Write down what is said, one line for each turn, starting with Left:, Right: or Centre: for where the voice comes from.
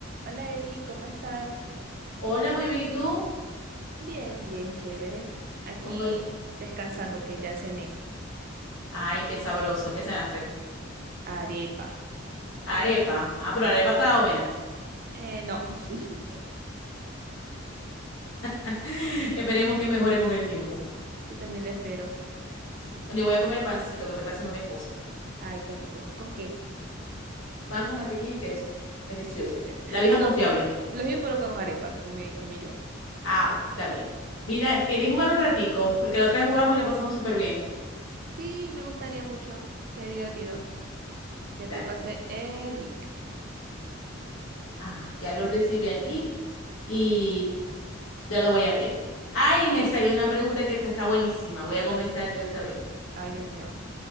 Right: Hola Eli, ¿cómo estás?
Left: Hola, muy bien. ¿Y tú?
Right: Bien, bien, chévere. Aquí
Left: ¿Cómo-
Right: descansando que ya cené.
Left: Ay, qué sabroso. ¿Qué se hace?
Right: Arepa.
Left: Arepa. Ah, pero
Right: Ujú.
Left: la arepa estaba buena.
Right: Eh, no, <laughs>
Left: <laughs> Esperemos que mejore con el tiempo.
Right: yo también lo espero.
Left: Sí. Yo voy a comer pancito que me está haciendo mi esposo.
Right: Ay, qué rico. ¿Con qué?
Left: Pan con mantequilla y queso. Delicioso.
Right: <laughs>
Left: La vieja
Right: Los,
Left: confiable.
Right: los bien, pero con arepa, comí, comí yo.
Left: Ah, bueno, está bien. Mira, quería jugar un ratico, porque la otra vez jugamos y la pasamos súper bien.
Right: Sí, me gustaría mucho. Sería divertido. Ya te
Left: Dale.
Right: pasé el link.
Left: Ajá. Ya lo recibí aquí y ya lo voy a abrir. Ay, me salió una pregunta que esta está buenísima. Voy a comenzar yo esta vez.
Right: Ay, Dios mío.